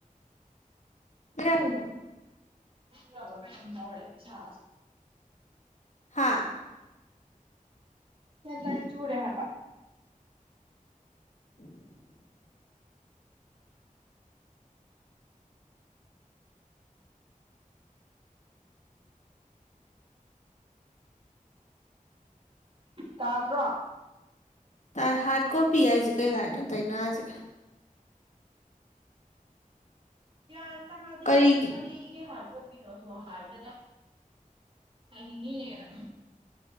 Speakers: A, on the left; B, on the right.
A: ꯀꯩ ꯑꯂꯣ
B: ꯍꯂꯕ ꯀꯩꯅ ꯇꯦ ꯆ
A: ꯍꯥ
B: ꯆꯂ ꯆꯨꯔꯨꯔꯦ ꯍꯥꯏꯕ
A: <unintelligible>
B: ꯇꯥ ꯇ꯭ꯔꯣ
A: ꯇꯥꯏ ꯍꯥꯠ ꯀꯣ ꯄꯤ ꯍꯥꯏꯁꯤ ꯀꯩ ꯍꯠ ꯗꯏꯅꯖ
B: ꯀ ꯃꯗ
A: ꯀꯔꯤꯒꯤ
B: ꯀꯅꯤꯒꯦ ꯃꯥꯦ ꯀꯣꯕꯤꯔꯁꯣ ꯍꯗ ꯀꯅꯤꯡꯉꯅꯦꯗꯥ